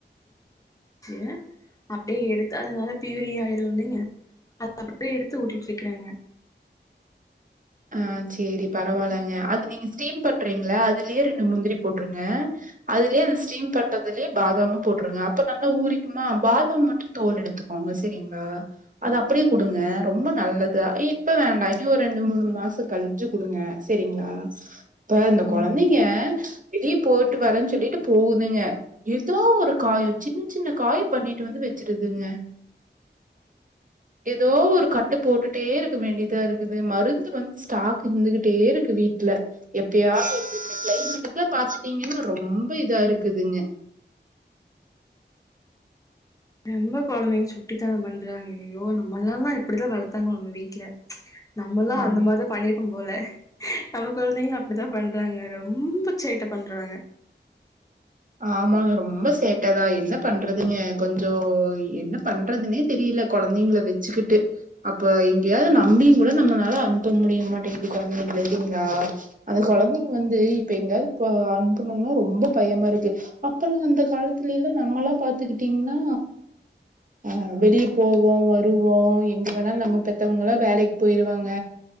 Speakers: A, on the left; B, on the right.
A: <inaudible> அப்படியே எடுத்து அது நல்ல பியூரியாயிரு இல்லைங்க அத அப்படியே எடுத்து ஊட்டிட்டு இருக்கிறங்க
B: ஆஹ் சரி பரவால்லைங்க அது நீங்க ஸ்டீம் பண்றீங்களா அதுலயே ரெண்டு முந்திரி போட்ருங்க அதுலயே அந்த ஸ்டீம் பண்றதுலயே பாதாமு போட்டுருங்க அப்ப நல்லா ஊரிக்குமா பாதாம் மட்டும் தோல் எடுத்துக்கோங்க சரிங்களா அது அப்படியே குடுங்க ரொம்ப நல்லது இப்ப வேண்டா இனும் ஒரு ரெண்டு மூணு மாசொ கழிச்சு குடுங்க சரிங்களா ப்ப இந்த கொழந்தைங்க
A: ம்
B: வெளிய போயிட்டு வரேன்னு சொல்லிட்டு போகுதுங்க எதோ ஒரு காயம் சின்ன சின்ன காயம் பண்ணிட்டு வந்து வச்சிருதுங்க எதோ ஒரு கட்டு போட்டுட்டே இருக்க வேண்டியதா இருக்குது மருந்து வந்து ஸ்டாக் இருந்துகிட்டே இருக்கு வீட்டுல எப்பயாவது <inaudible> கிளைமேட்டுக்குல பாத்துட்டீங்கன்னா ரொம்ப இதா இருக்குதுங்க
A: ரொம்ப கெழந்திங்க சுட்டித்தானம் பண்றாங்க ஐயோ நம்ம எல்லா தா எப்பிடித்தா வளர்த்தாங்களோ நம்ம வீட்ல நம்மளா
B: ஆ
A: அந்த மாரி தா பண்ணி க்கும் போல நம்ம கெழந்தைங்களு அப்டித்தா பண்றாங்க ரொம்ப சேட்ட பண்றாங்க
B: ஆமாங்க ரொம்ப சேட்டதா என்ன பண்றதுங்க கொஞ்சோ என்ன பண்றதுனே தெரில கெழந்திங்கள வெச்சுக்கிட்டு அப்ப எங்கேயாவது நம்பி கூட நம்பளால அனுப்ப முடியமாட்டேங்குது கெழந்திங்கள இல்லிங்களா அந்த கெழந்திங்க வந்து இப்ப எங்காவது அனுப்பனும்னா ரொம்ப பயமா இருக்கு த்து அப்பெல்லா அந்த காலத்தில்லா நம்மெல்லா பாத்துக்கிட்டீங்கின்னா ஹா ஹ வெளிய போவே வருவோ எங்கு வேணாலு நம்மள பெத்தவங்குல்லா வேலைக் போயிருவாங்க